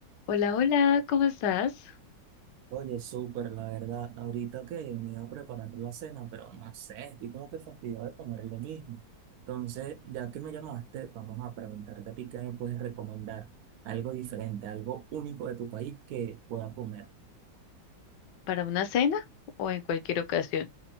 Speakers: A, on the left; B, on the right.
A: Hola, hola, ¿cómo estás?
B: Oye, súper, la verdad. Ahorita que me iba a preparar la cena, pero no sé, estoy como que fastidiado de comer lo mismo. Entonces, ya que me llamaste, vamos a preguntarte a ti qué me puedes recomendar. Algo diferente, algo único de tu país que pueda comer.
A: ¿Para una cena o en cualquier ocasión?